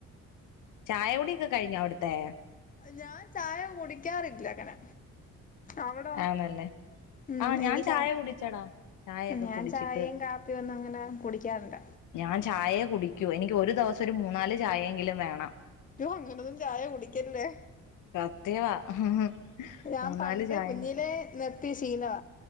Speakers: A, on the left (about 80°); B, on the left (about 25°).
A: ചായ കുടിയൊക്കെ കഴിഞ്ഞോ അവിടുത്തെ
B: ഞാൻ ചായ കുടിക്കാറില്ല അങ്ങനെ അവിടോ
A: ആണല്ലേ
B: ഉം
A: ആഹ്
B: എനിക്ക്
A: ഞാൻ ചായ
B: ചാ
A: കുടിച്ചടാ ചായയൊക്കെ
B: ഞാൻ
A: കുടിച്ചിട്ട്
B: ചായയും കാപ്പിയും ഒന്നും അങ്ങനെ കുടിക്കാറില്ല
A: ഞാൻ ചായെ കുടിക്കൂ എനിക്ക് ഒരു ദിവസം ഒരു മൂന്നാല് ചായെങ്കിലും വേണം
B: <unintelligible> അങ്ങനൊന്നും ചായ കുടിക്കല്ലേ
A: സത്യവാ <unintelligible>
B: ഞാൻ
A: മൂന്നാല്
B: പണ്ടെ
A: ചായ
B: കുഞ്ഞിലെ നിർത്തി ശീലവ